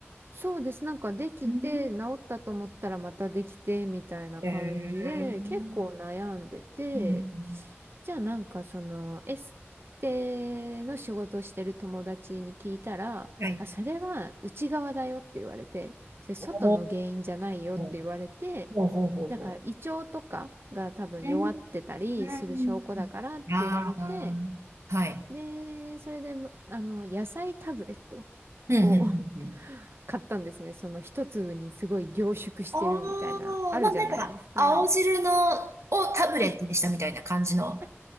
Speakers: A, on the right; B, on the right.
A: そうです。なんかできて、
B: うん。
A: 治ったと思ったらまたできて、みたいな感じで、
B: へえ。うん
A: 結構悩んでて、
B: うん。
A: じゃあなんかその、エステの仕事をしてる友達に聞いたら、
B: はい。
A: あ、それは内側だよって言われて、それ外の原因じゃないよって言われて、
B: おー、ほうほうほうほ
A: だから胃腸とかが多分弱ってたりする証拠だからって言われて、
B: ねううん。うん。ああ、はい。
A: で、それで、まあの、野菜タブレット
B: うん、うん、
A: を
B: うん。うん
A: <laughs> 買ったんですね。その一粒にすごい凝縮してるみたいな、
B: ああ、
A: あるじゃないですか。
B: まあなんか、青汁の、をタブレットにしたみたいな感じの、
A: うん。あ、